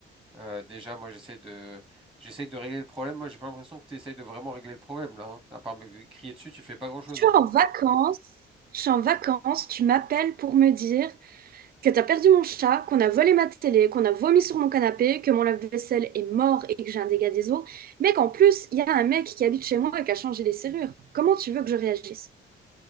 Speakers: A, in the centre; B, on the right.
A: Euh, déjà, moi, j'essaie de, j'essaie de régler le problème. Moi, j'ai pas l'impression que t'essayes de vraiment régler le problème, là, hein. À part me crier dessus, tu fais pas grand-chose,
B: Je suis
A: hein.
B: en vacances, je suis en vacances, tu m'appelles pour me dire que t'as perdu mon chat, qu'on a volé ma télé, qu'on a vomi sur mon canapé, que mon lave-vaisselle est mort et que j'ai un dégât des eaux, mais qu'en plus, il y a un mec qui habite chez moi et qui a changé les serrures. Comment tu veux que je réagisse?